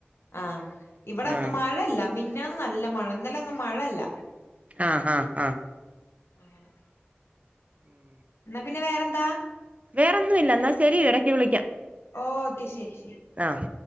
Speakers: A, on the left (about 75°); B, on the right (about 35°).
A: ആഹ് ഇവിടെ
B: ആഹ്
A: മഴയല്ല മിഞ്ഞാന്ന് നല്ല മഴ ഇന്നലെ ഒന്നും മഴല്ല
B: ആഹ് ആഹ്
A: അങ്ങനെ
B: ഉം
A: ന്നാ പിന്നെ വേറെന്താ
B: വേറൊന്നും ഇല്ല എന്നാ ശരി ഇടയ്ക്ക് വിളിക്കാം
A: ഓക്കെ ശരി
B: ആഹ്